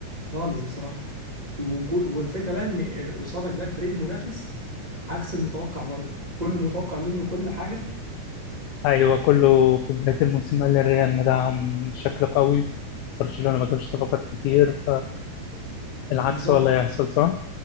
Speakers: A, on the right; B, on the left.
A: خالص بصراحة وكل والفكرة بقى ان قصادك بقى الفريق المنافس عكس المتوقع برضه كله متوقع منه كل حاجة
B: ايوه كله في بداية الموسم قال الريال مدعم بشكل قوي برشلونة ما جابش صفقات كتير فالعكس
A: بالظبط
B: هو اللي هيحصل صح؟